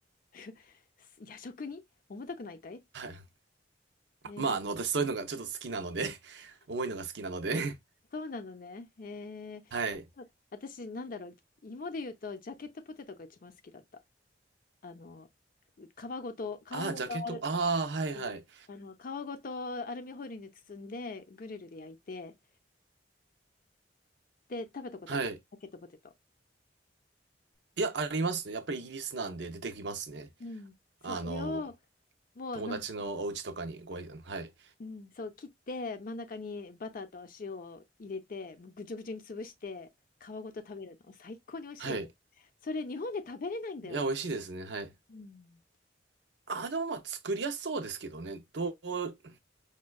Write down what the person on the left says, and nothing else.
<laughs> 夜食に重たくないかい
えー
そうなのね。えーそう私、
なんだろう、芋で言うと、ジャケットポテトが一番好きだった。あの、皮ごと、皮ごとアル、
うんあの、皮ごとアルミホイルに包んで、グリルで焼いて、で、食べたことあるジャケットポテト。
うん。そう、
それを、もう、
なんか、
うん、そう切って真ん中にバターと塩を入れてもうぐちゅぐちゅに潰して皮ごと食べるの最高に美味しいよね。
それ日本で食べれないんだよね。
うん、